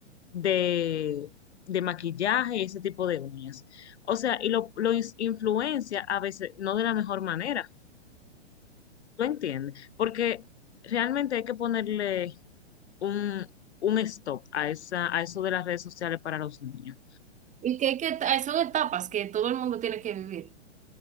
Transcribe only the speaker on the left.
de, de maquillaje y ese tipo de uñas. O sea, y lo, lo ins- influencia a veces no de la mejor manera, ¿tú entiendes? Porque realmente hay que ponerle un, un stop a esa, a eso de las redes sociales para los niños.